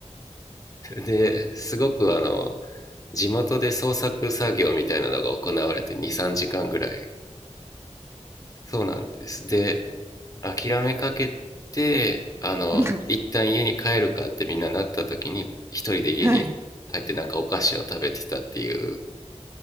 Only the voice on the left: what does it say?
で、すごくあの、地元で創作作業みたいなのが行われて2、3時間ぐらい。そうなんです。で、諦めかけて、あの、
一旦家に帰るかってみんななった時に、一人で家に帰ってなんかお菓子を食べてたっていう